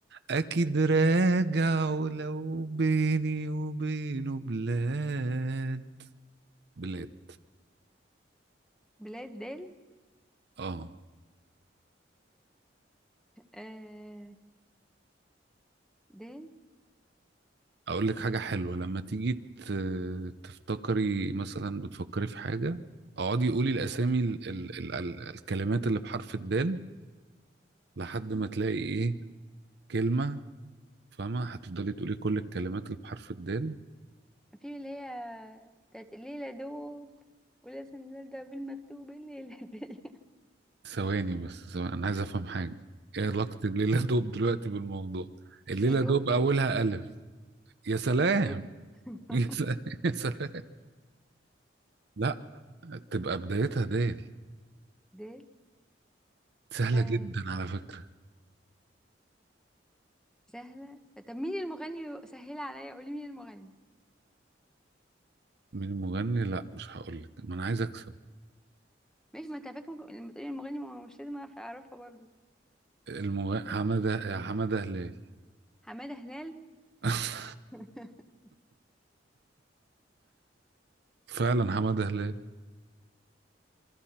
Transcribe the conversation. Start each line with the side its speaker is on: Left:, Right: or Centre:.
Right: أكيد راجع ولو بيني وبينه بلاد بلاد
Centre: بلاد دال
Right: آه
Centre: آه دال
Right: أقول لك حاجة حلوة لما تيجي ت- تفتكري مثلا بتفكري في حاجة اقعدي قولي الأسامي ال ال ال ال الكلمات اللي بحرف الدال لحد ما تلاقي إيه كلمة فاهمة هتفضلي تقولي كل الكلمات اللي بحرف الدال
Centre: في اللي هي بتاعت الليلة دوب ولازم نبدأ بالمكتوب الليلة دي
Right: ثواني بس ثواني أنا عايز أفهم حاجة إيه علاقة الليلة دوب دلوقتي بالموضوع
Centre: <laughs>
Right: الليلة
Centre: مش في دوب
Right: دوب أولها ألف يا سلام
Centre: مش في دوب <laughs>
Right: <laughs> يا سلام يا سلام. لا تبقى بدايتها ديل
Centre: دال
Right: سهلة
Centre: آه
Right: جدا على فكرة
Centre: سهلة طب مين المغني سهلة عليا قولي مين المغني
Right: مين المغني لا مش هقول لك ما انا عايز اكسب
Centre: ماشي ما انت فاكر ممكن- لما تقولي المغني ما هو مش لازم اعرف اعرفها برضه
Right: المغني حمادة حمادة هلال
Centre: حمادة هلال
Right: <laughs>
Centre: <laughs>
Right: فعلا حمادة هلال